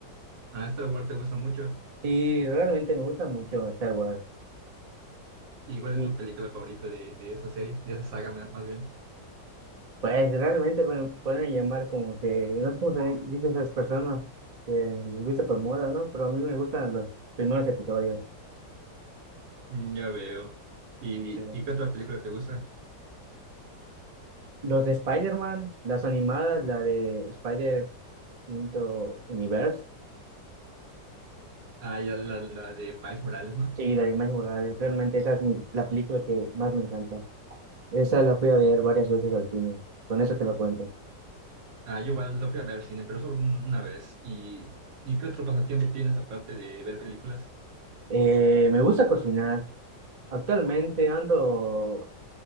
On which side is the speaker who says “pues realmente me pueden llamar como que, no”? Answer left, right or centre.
Right